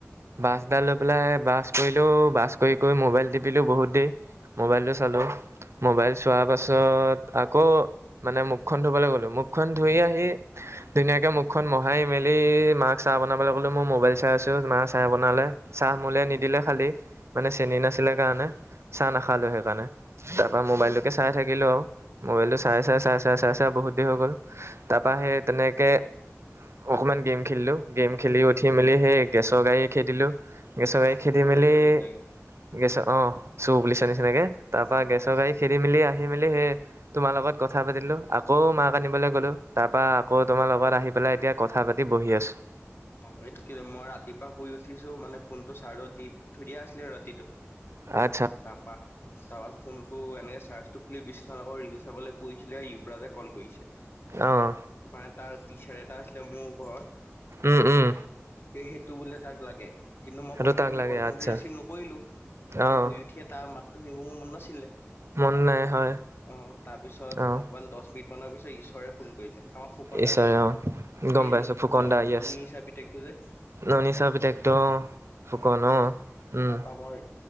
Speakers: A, on the right; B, on the left.
A: বাছ এডাল লৈ পেলাই বাছ কৰিলো বাছ কৰি কৰি মোবাইল টিপিলো বহুত দেৰি। মবাইলতটো চালো মবাইল চোৱাৰ পাছত আকৌ মানে মুখখন ধুবলৈ গ'লো। মুখ খন ধুই আহি ধুনীয়াকৈ মুখখন মোহাৰি মেলি মাক চাহ বনাবলৈ ক'লো, মই মবাইল চাই আছোঁ। মায়ে চাহ বনালে চাহ মোলৈ নিদিলে খালি মানে চেনী নাছিলে কাৰণে চাহ না খালোঁ সেইকাৰণে তাৰপৰা মোবাইলটোকে
B: অ',
A: চাই থাকিলোঁ আৰু মোবাইল টো
B: উম,
A: চাই, চাই, চাই, চাই, চাই, চাই বহুত দেৰি হৈ গ'ল তাৰ পৰা সেই
B: উম,
A: তেনেকে অকনমান গেম খেলিলো গেম খেলি উঠি
B: উম,
A: মেলি সেই গেছৰ <unintelligible> দিলো গেচ গাড়ি
B: অ', চুই
A: খেদি
B: পৰিছ
A: মেলি
B: নিচিনাকে
A: গেছৰ অ চু বুলিুলিছা নিচিনাকে তাৰ পৰাা
B: অ',
A: গেছৰ
B: অ',
A: গাড়ী খেদি মেলি আহি মেলি সেই তোমাৰ লগত ক কথা পাতিলো আকৌ মাক আনিবলৈ গ'লো তাৰ পৰাা আকৌ
B: অ',
A: তোমাৰ লগত আহি পেলাই এতিয়া কথা পাতি বহি আছো
B: অ এইটো কি মই ৰাতিপুৱা শুই উঠিছো মানে ফোনটো চাৰ্জত দি থৈ দিয়া আছিলে আৰু ৰাতিটো
A: আ
B: তাৰপা তাৰপা ফোন টো এনেকে চাৰ্জটো খুলি বিচনাথ আকৌ ৰিল চাবলৈ পছিলে ইয়ৱৰাজে কল কৰিছে
A: অঁ
B: মে তাৰ টিচাৰ এটা আছিলে মোৰ ঘৰত
A: উম উম
B: সেইটো বোলে তাক লাগে কিন্তু মই
A: সেইটো
B: প্ৰথমে
A: তাক
B: সি
A: লাগে
B: কল কৰওঁতে
A: আচ্ছা
B: ৰিচিভ নকৰিলো কাৰণ
A: অঁ
B: শুই উঠিয়ে তাৰ মাতটো শুনিব মোৰ মন নাছিলে
A: মন নাই হয়
B: অ তাৰপিছত
A: অঁ
B: অকমান দহ মিনিট মানৰ পিছত ঈশ্বৰে ফোন কৰিলে আমাৰ ফুকনা
A: ঈশ্বৰে
B: যে
A: অঁ গম
B: এই
A: পাইছোঁ ফুকন
B: ন
A: দা য়েছ
B: ননী হিচাপে <unintelligible> যে
A: ননী চাৰ পিতেকটো অঁ ফুকন
B: অ'
A: অঁ উম
B: তাৰাপা মই